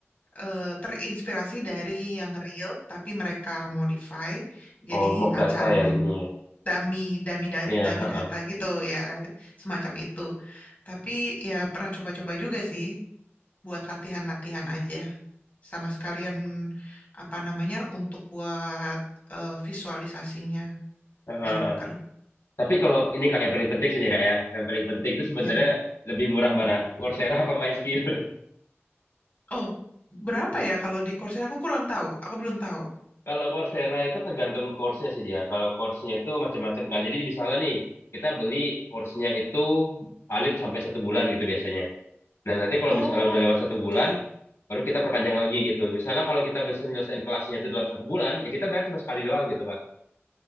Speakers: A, on the left (about 35°); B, on the left (about 80°).
A: eh, terinspirasi dari yang real, tapi mereka modify jadi
B: oh mock
A: macam
B: data ya jadinya ya
A: dummy, dummy, da-
B: Iya,
A: dummy
B: heeh.
A: data gitu ya, semacam itu. Tapi ya pernah coba-coba juga sih buat latihan-latihan aja. Sama sekalian apa namanya untuk buat eh, visualisasinya
B: Heeh,
A: di Looker.
B: heeh. Tapi kalau ini kak yang paling penting sih ya kak ya, yang paling penting itu sebenarnya
A: Ya.
B: lebih murah mana, Coursera apa MySkill?
A: Oh, berapa ya kalau di Coursera aku kurang tahu. Aku belum tahu.
B: <laughs> Kalau Coursera itu tergantung course-nya sih dia. Kalau course-nya itu macam-macam kak. Jadi misalnya nih kita beli course-nya itu valid sampai satu bulan gitu biasanya. Nah nanti kalau
A: Oh,
B: misalnya udah lewat satu
A: oke.
B: bulan, baru kita perpanjang lagi gitu. Misalnya kalau kita bisa nyelesain kelasnya itu dalam satu bulan, ya kita bayar cuma sekali doang gitu kak.